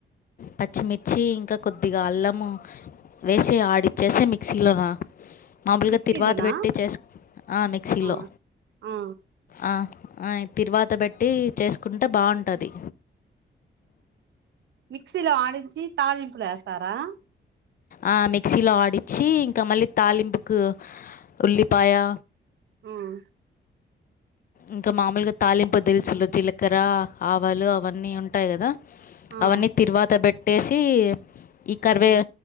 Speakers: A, on the left; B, on the right.
A: పచ్చిమిర్చి ఇంక కొద్దిగా అల్లము వేసి ఆడిచ్చేసే మిక్సీలోనా మామూలుగా
B: మిక్సీలోనా
A: తిరువాత పెట్టి చేసు ఆ మిక్సీలో
B: ఆ ఆ
A: ఆ ఆ తిరువాత పెట్టి చేసుకుంటే బావుంటది
B: మిక్సీలో ఆడించి తాలింపులొ ఎస్తారా
A: ఆ మిక్సీలో ఆడిచ్చి ఇంకా మళ్ళి తాలింపుకు ఉల్లిపాయా
B: ఉమ్
A: ఇంక మాములుగా తాలింపు దిలుసులు జీలకర్ర ఆవాలు అవన్నీ ఉంటాయి గదా
B: ఆ
A: అవన్నీ తిరువాత పెట్టేసి ఈ కర్వే
B: ఉమ్